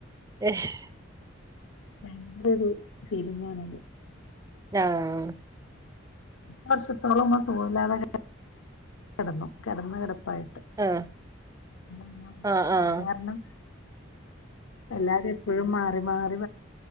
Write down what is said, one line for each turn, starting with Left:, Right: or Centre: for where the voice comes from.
Right: എശ്
Left: ഭയങ്കര ഒരു ഫീലിംഗാണത്
Right: ഞാഹ്
Left: വർഷത്തോളുമ്മ സുഖവില്ലാതെ കെ കെടന്നു കെടന്ന കെടപ്പായിട്ട്
Right: ആഹ്
Left: <unintelligible>
Right: ആഹ് ആഹ്
Left: കാര്ണം എല്ലാരും എപ്പഴും മാറി മാറി